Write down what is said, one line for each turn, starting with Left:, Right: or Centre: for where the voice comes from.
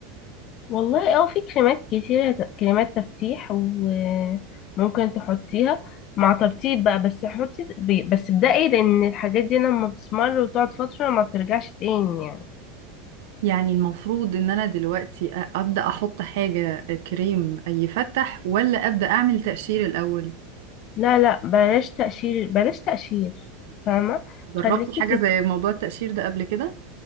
Left: والله اه في كريمات كتيرة كريمات تفتيح وممكن تحطيها مع ترطيب بقى بس حطي ب- بس ابدأي لأن الحاجات دي لما بتسمر وتقعد فترة ما بترجعش تاني يعني
Right: يعني المفروض ان انا دلوقتي أ- ابدا احط حاجه آه، كريم يفتح ولا ابدا اعمل تقشير الاول
Left: لا لا بلاش تقشير بلاش تقشير فاهمة
Right: جربتي
Left: خليكي
Right: حاجه
Left: في
Right: زي موضوع التقشير ده قبل كده